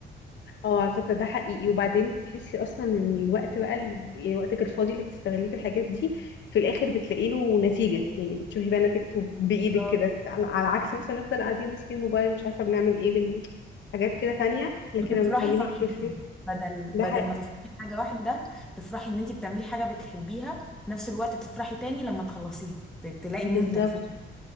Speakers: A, on the left (about 65°); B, in the centre.
A: اه على فكرة ده حقيقي وبعدين بتحسي أصلا إن الوقت بقى اللي يعني وقتك الفاضي اللي بتستغليه في الحاجات دي في الآخر بتلاقي له نتيجة يعني بتشوفي بقى نتيجته بإيدك
B: بالظبط
A: كده على على عكس مثلا نفضل قاعدين ماسكين الموبايل مش عارفة بنعمل إيه بن... حاجات كده تانية لكن
B: بتفرحي
A: لما بتعملي
B: فرحتين
A: كروشيه
B: بدل
A: ده
B: بدل
A: حقيقي
B: ما تفرحي بحاجة واحدة تفرحي ان انتي بتعملي حاجة بتحبيها في نفس الوقت تفرحي تاني لما تخلصيها ت- تلاقي
A: بالظبط
B: منتج فيه